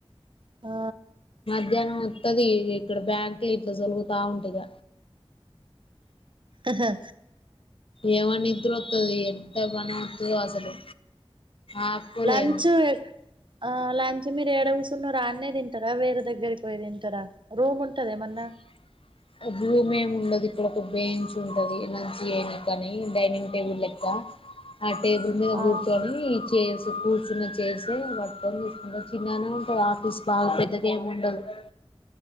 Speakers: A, on the right; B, on the left.
A: ఆ
B: మధ్యాహ్నం వత్తది ఇక్కడ బ్యాంకుల ఇట్ల సోలుగుతా ఉంట ఇగ
A: అహ్ హా
B: ఏమ నిద్ర వత్తది ఎంతగానో ఒత్తదో అసలు ఆప్కొలేను
A: లంచ్ ఆ లంచ్ మీరు ఏడ కూసున్నరాన్నే తింటరా వేరే దగ్గరికి పోయ్ తింటారా రూమ్ ఉంటదేమన్నా
B: <unintelligible> భూమ్ ఏమి ఉండదు ఇక్కడ ఒక బెంచ్ ఉంటది. మంచి అయినా కానీ డైనింగ్ టేబుల్ లెక్క ఆ టేబుల్ మీద
A: ఆహా
B: కూర్చొని చైర్స్ కూర్చున్న చేర్సె పట్టకొని సుకుంటారు చిన్ననే ఉంటది ఆఫీస్ బాగా పెద్దగా ఏమి ఉండదు అహ